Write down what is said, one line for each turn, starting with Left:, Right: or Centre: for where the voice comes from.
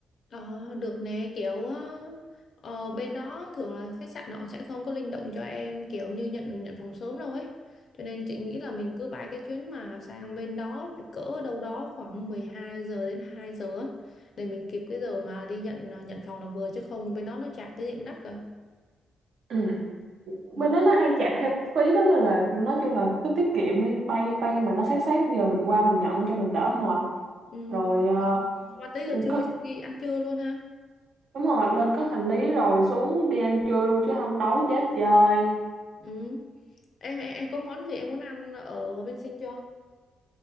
Left: Ờ, được nè kiểu ờ, ờ, bên đó thường là khách sạn họ sẽ không có linh động cho em kiểu như nhận nhận phòng sớm đâu ấy cho nên chị nghĩ là mình cứ bay cái chuyến mà sang bên đó cỡ đâu đó khoảng 12 giờ đến 2 giờ á để mình kịp cái giờ mà đi nhận ờ, nhận phòng là vừa chứ không bên đó nó chạc cái gì cũng đắt cả
Right: Ừ.
Left: Ừ.
Right: Bên đó nó hay chặt thêm phí lắm nên là nói chung là cứ tiết kiệm đi, bay bay mà nó sát sát giờ mình qua mình nhận cho mình đỡ mệt.
Left: ừ.
Right: Rồi ờ,
Left: Mà tới giờ trưa
Right: có
Left: chắc đi ăn trưa luôn ha
Right: đúng rồi, lên có hành lý rồi xuống đi ăn trưa luôn chứ không đói chết trời.
Left: ừ. em, em em có món gì em muốn ăn ở bên Sinh chưa?